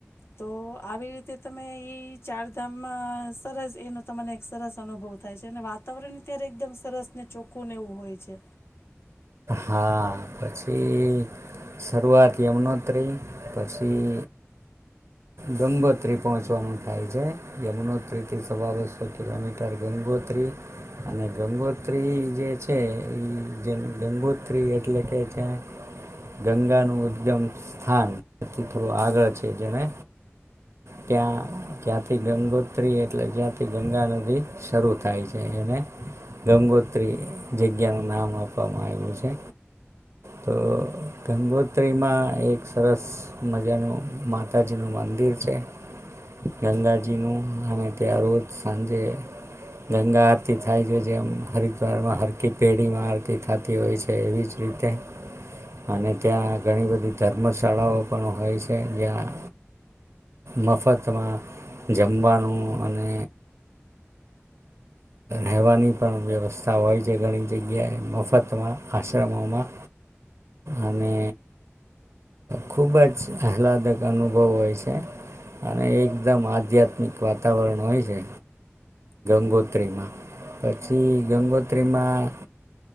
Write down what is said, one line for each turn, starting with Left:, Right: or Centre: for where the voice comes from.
Left: તો આવી રીતે તમે ઈ ચારધામમાં સરસ એનો તમને એક સરસ અનુભવ થાય છે અને વાતાવરણ અત્યારે એકદમ સરસ ને ચોખ્ખું નેવું હોય છે.
Right: હા પછી શરૂઆત યમનોત્રી પછી ગંગોત્રી પહોંચવાનું થાય છે યમુનોત્રીથી સવા બસો કિલોમીટર ગંગોત્રી અને ગંગોત્રી જે છે એ જે ગંગોત ત એટલે કે જ્યાં ગંગાનું ઉદગમ સ્થાન તથી થોડું આગળ છે, જેને ત્યાં જ્યાંથી ગંગોત્રી એટલે જ્યાંથી ગંગા નદી શરૂ થાય છે એને ગંગોત્રી જગ્યાનું નામ આપવામાં આવ્યું છે. તો ગંગોત્રીમાં એક સરસ મજાનું માતાજી નું મંદિર છે, ગંગાજી નું અને ત્યાં રોજ સાંજે ગંગા આરતી થાય છે જેમ હરિદ્વારમાં હરકી પેઢીમાં આરતી થતી હોય છે. છે એવી જ રીતે અને ત્યાં ઘણી બધી ધર્મશાળાઓ પણ હોય છે જ્યાં મફતમાં જમવાનું અને રહેવાની પણ વ્યવસ્થા હોય છે ઘણી જગ્યાએ મફતમાં. આશ્રમોમાં અને ખૂબ જ આહલાદક અનુભવ હોય છે, અને એકદમ આધ્યાત્મિક વાતાવરણ હોય છે ગંગોત્રીમાં પછી ગંગોત્રીમાં.